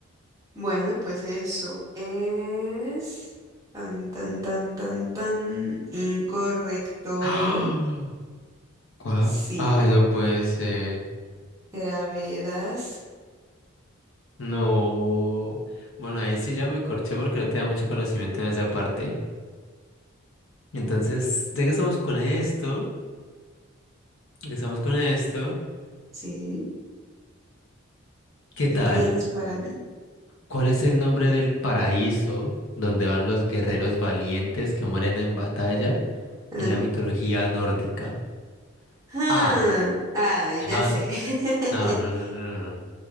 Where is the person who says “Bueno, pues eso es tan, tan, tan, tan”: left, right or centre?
Right